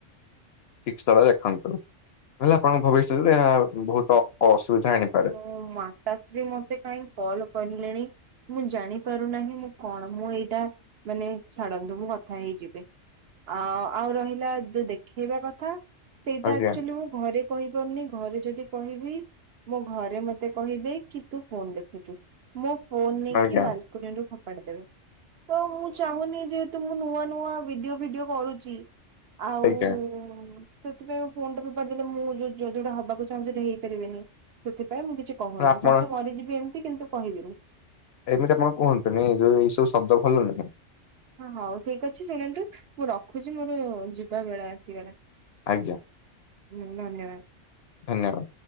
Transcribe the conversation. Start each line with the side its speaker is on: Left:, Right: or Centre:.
Left: ଠିକ ସ୍ଥଳରେ ଦେଖନ୍ତୁ। <unintelligible> ଆପଣଙ୍କ ଭବିଷ୍ୟତରେ ଏହା ବହୁତ ଅ ଅସୁବିଧା ଆଣି
Right: ମୁଁ ମାତାଶ୍ରୀ ମତେ କାଇଁ କଲ୍ କରିଲେଣି। ମୁଁ ଜାଣି ପାରୁ ନାହିଁ ମୁଁ କଣ? ମୁଁ ଏଇଟା ମାନେ ଛାଡନ୍ତୁ ମୁଁ କଥା ହେଇଯିବି। ଆଉ ଆଉ ରହିଲା ଯୋଉ ଦେଖେଇବା କଥା ସେଇଟା
Left: ଆଜ୍ଞା
Right: ଆକ୍ଚୁଆଲି ମୁଁ ଘରେ କହିପାରୁନି ଘରେ ଯଦି କହିବି ମୋ ଘରେ ମତେ କହିବେ କି ତୁ ଫୋନ ଦେଖୁଛୁ। ମୁଁ ଫୋନ ନେଇକି
Left: ଆଜ୍ଞା
Right: ବାଲ ନିରୁ ଫୋପାଡି ଦେବେ। ତ ମୁଁ ଚାହୁଁନି ଯେ ତ ମୁଁ ନୂଆ ନୂଆ ଭିଡିଓ ଭିଡିଓ କରୁଛି, ଆଉ
Left: ଆଜ୍ଞା
Right: ସେଥିପାଇଁ ଫୋନଟା ଫୋପାଡ଼ି ଦେଲେ ମୁଁ ଯୋଉ ଜୋଉଟା ହବାକୁ ଚାହୁଁଚି ସେଇଟା ହେଇପାରିବିନି, ସେଥିପାଇଁ ମୁଁ କିଛି କହୁନି।
Left: ଆପଣ
Right: ପଛେ ମରିଯିବି ଏମିତି କିନ୍ତୁ କହିବିନି।
Left: ଏମିତି ଆପଣ କୁହନ୍ତୁନି ଯୋଉ ଏଇ ସବୁ ଶବ୍ଦ ଭଲ ନୁହଁ।
Right: ହଁ ହଉ ଠିକ ଅଛି ଶୁଣନ୍ତୁ ମୁଁ ରଖୁଛି ମୋର ଯିବା ବେଳ ଆସିଗଲା।
Left: ଆଜ୍ଞା
Right: ହୁଁ ଧନ୍ୟବାଦ।
Left: ଧନ୍ୟବାଦ।